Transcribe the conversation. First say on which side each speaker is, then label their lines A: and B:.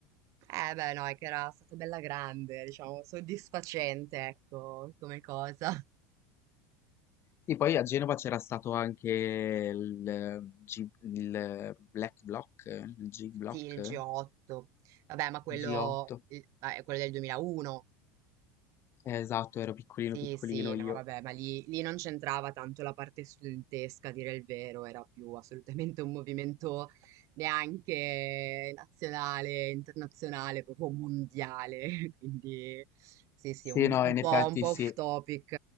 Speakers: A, on the right (about 55°); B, on the left (about 40°).
A: Eh beh, no, è che era stata bella grande, diciamo, soddisfacente, ecco, come cosa.
B: Sì, poi a Genova c'era stato anche il, G, il Black Block, il G-Block,
A: Sì, il G8. Vabbè, ma quello,
B: G8.
A: il- ah, è quello del 2001.
B: Eh, esatto, ero piccolino,
A: Sì,
B: piccolino
A: sì,
B: io.
A: no, vabbè, ma lì, lì non c'entrava tanto la parte studentesca, a dire il vero, era più assolutamente un movimento neanche nazionale, internazionale, proprio mondiale, <laughs> quindi sì, sì,
B: Sì,
A: un,
B: no,
A: un
B: in
A: po',
B: effetti
A: un po'
B: sì.
A: off
B: E
A: topic.